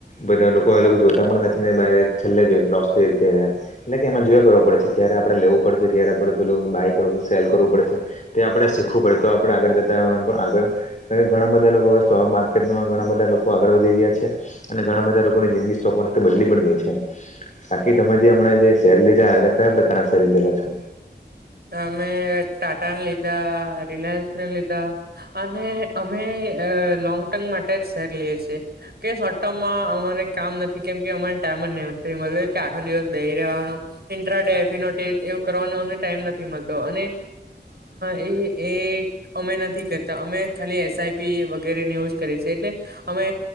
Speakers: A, on the left; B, on the right.
A: બધા લોકો એલોગો જોતા પણ નથી <unintelligible> છેલ્લે જોઈ છે લોસ થ ત્યારે એટલે કે એમાં જોય કરવા પડે છે ક્યારે આપણેે લેવું પડશે ક્યારે આપણે પેલું બાય કરવું સેલ કરવું પડે છે તે આપણેે શીખવું પડે તો આપણે આગળ જતા હો આગળ ઘણા બધા બા <unintelligible> લોકો સ્ટોક માર્કેટમાં ઘણા બધા લોકો આગળ વધી ગયા છે અને ઘણા બધા લોકોની જિંદગી સ્ટોક બદલી પણ ગઈ છે બાકી તમે જે હમણા જે શેર લીધા એ કયા પ્રકારના શેર લીધેલા છે
B: અમે ટાટા ને લીધા રિલાયન્સ ને લીધા અને અમે લોંગ ટર્મ માટે જ શેર લએ છેએ કે શોર્ટ ટર્મમાં અમારે કામ નથી કેમ કે અમા ટાઈમજ નહીં હોતું કે તે મળે કે આખો દિવસ બહી રહવાનું ઇન્ટ્રાેડે એફ. અન. ઓ તે <unintelligible> એવું કરવાનુંમ ટાઈમ નથી મળતો અને એ એક અમે નથી કરતા અમે ખાલી એસ આઈ. પી વગેરેને એવુંજ કરીછે એટલે અમે